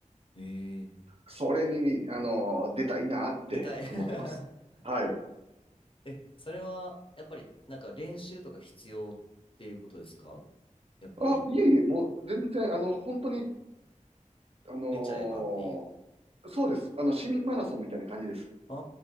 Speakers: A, on the left; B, on the right.
A: ええー。
B: それに、あの、出たいなって思ってます。
A: 出たい。<laughs>
B: はい。
A: え、それは、やっぱり、なんか練習とか必要っていうことですかやっぱり、
B: あ、いえいえ、もう全然、あの、本当に、あの
A: 出ちゃえばっていう。
B: ーそうです。あの、市民マラソンみたいな感じです。
A: あー